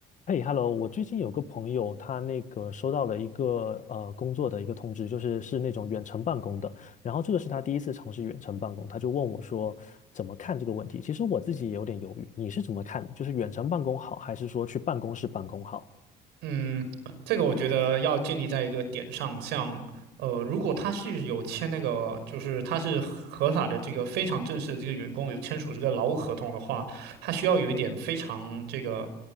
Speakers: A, on the left; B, on the right.
A: 嘿，Hello，我最近有个朋友，他那个收到了一个呃工作的一个通知，就是是那种远程办公的。然后这个是他第一次尝试远程办公，他就问我说怎么看这个问题。其实我自己也有点犹豫，你是怎么看的？就是远程办公好，还是说去办公室办公好？
B: 嗯，这个我觉得要建立在一个点上，像呃，如果他是有签那个，就是他是合法的这个非常正式的这个员工有签署这个劳务合同的话，他需要有一点非常这个